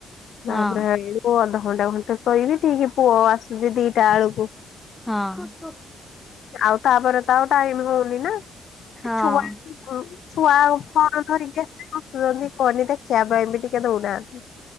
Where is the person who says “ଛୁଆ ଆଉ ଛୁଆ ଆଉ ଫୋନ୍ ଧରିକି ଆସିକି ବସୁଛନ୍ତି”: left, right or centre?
Left